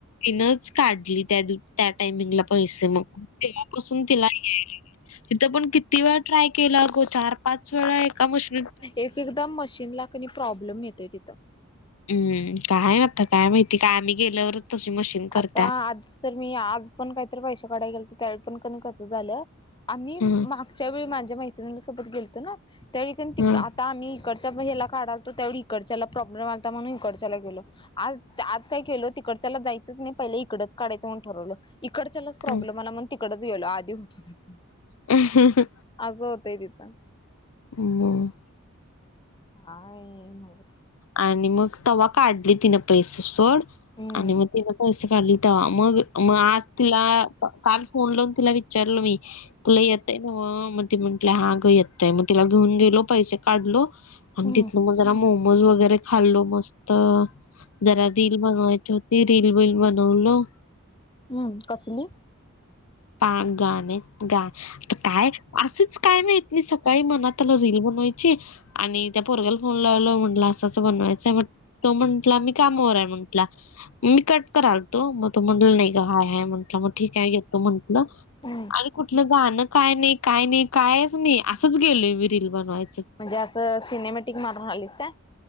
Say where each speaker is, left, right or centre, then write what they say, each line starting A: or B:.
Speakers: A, on the left; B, on the left.
A: तीनचं. काढली त्या -त्या टायमिंगला पैसे मग, तेव्हापासून तिलां. यायलय- - तिथं पणं किती वेळ ट्रायं केला अगं चार -पाच वेळा एका मशी.
B: एकएकदा मशीनं ला क णी प्रॉंब्लेम येतोयं तिथं.
A: हम्मं, काय आता हाय काय माहिती, कां आंम्ही गेल्यावर. - तशी मशीन.. करत्या.
B: आता आज तर मी, आंज पणं काहीतरी पैसे काढाय गेलतो तर त्यावेळी पण कम तसच झालं. आम्ही
A: हं,
B: मागच्या वेळी माझ्या मैत्रिणी सोबत गेलतो ना, त्यावेळी की नाही तिथं
A: हं,
B: आत आम्ही इकडच्या ह्याला काढालतो त्यावर इकडच्याला प्रॉब्लेम आलाता म्हणून इकडच्याला गेलो आज आज काय केलो,, तिकडच्याला जायचंच नाही पहिलं इकडच काढायचं म्हणून ठरवलो. इकडच्यालाच प्रॉब्लेम
A: हं,
B: आला मग तिकडच गेलो, आधी होतो तिथं
A: अ हहह
B: असं होतय तिथं.
A: म
B: काय नव्हचं.
A: आणिं मग तेवा काढली तिनं पैसे सोडं,
B: हम्म.
A: आणि मगं तिन पैसे काढली. तवां मगं- मगं आजं तिला, कालं फोन लावून तिला विचारलो मी तुला येतय नवं, मगं ती म्हंटली हा गं येतय,, मगं तिला घेऊन गेलो पैसे काढलो. आणि
B: हम्म्म्.
A: तिथनं
B: -
A: मग जरा मोमोज वगैरे खांल्लो मस्तं, जरा रील बनवायची होती. रीलबिल बनवलो
B: हम्म कसली?
A: पां गाणें. गां आ कायं? असचं काय माहित नी सकाळी मनात आलं रील बनवायची आणि त्या पोरग्याला फोनं लाव-लावं म्हंणलं असंच बनवायचंय हाय, मग तो म्हटला मी कामावर हाय म्हटलां. मी कट कराल. - तो मग तो म्हटला नाही गं हाय-हाय म्हंटला,, मग ठीक आहे येतो म्हटलं.
B: हम्म
A: कुठलं गाणं कायनाही, काय नाही कायचं नाही, असंच गेलोय मी रील बनवायला
B: म्हणजे असं सिनेमॅटिक मारून आलीस काय?